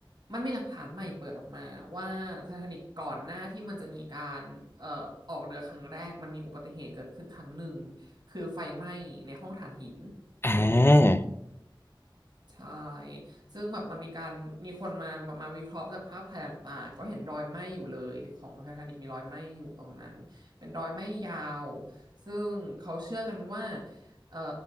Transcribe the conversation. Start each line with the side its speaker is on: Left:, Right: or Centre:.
Right: มันมีหลักฐานใหม่เปิดออกมาว่าไททานิกก่อนหน้าที่มันจะมีการเอ่อออกเรือครั้งแรกมันมีอุบัติเหตุเกิดขึ้นครั้งหนึ่งคือไฟไหม้ในห้องถ่านหิน
Left: อ่า
Right: ใช่ซึ่งแบบมันมีการมีคนมามามาวิเคราะห์จากภาพถ่ายต่างๆก็เห็นรอยไหม้อยู่เลยของไททานิกมีรอยไหม้อยู่ตรงนั้นเป็นรอยไหม้ยาวซึ่งเขาเชื่อกันว่าเอ่อ